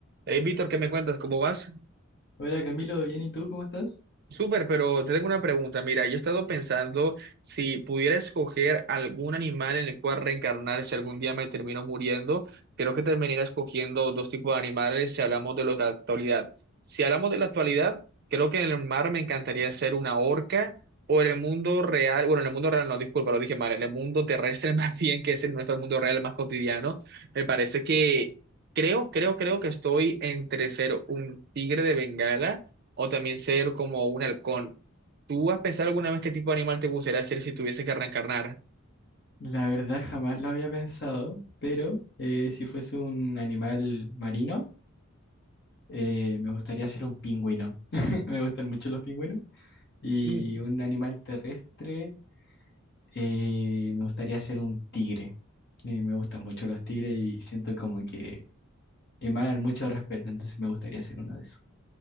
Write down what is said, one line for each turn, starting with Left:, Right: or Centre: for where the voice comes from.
Right: Hey, Víctor, ¿qué me cuentas? ¿Cómo vas?
Left: Hola Camilo, bien, ¿y tú cómo estás?
Right: Súper, pero te tengo una pregunta. Mira, yo he estado pensando si pudiera escoger algún animal en el cual reencarnar si algún día me termino muriendo, creo que terminaría escogiendo dos tipos de animales si hablamos de los de la actualidad. Si hablamos de la actualidad, creo que en el mar me encantaría ser una orca o en el mundo real, bueno, en el mundo real no, disculpa, lo dije mal, en el mundo terrestre <laughs> más bien, que es en nuestro mundo real más cotidiano, me parece que creo, creo, creo que estoy entre ser un tigre de Bengala o también ser como un halcón. ¿Tú has pensado alguna vez qué tipo de animal te gustaría ser si tuviese que reencarnar?
Left: La verdad jamás lo había pensado, pero eh, si fuese un animal marino, eh, me gustaría ser un pingüino. <laughs> Me gustan mucho los pingüinos. Y
Right: Mm,
Left: un animal terrestre, eh, me gustaría ser un tigre. Eh, me gustan mucho los tigres y siento como que emanan mucho respeto, entonces me gustaría ser uno de esos.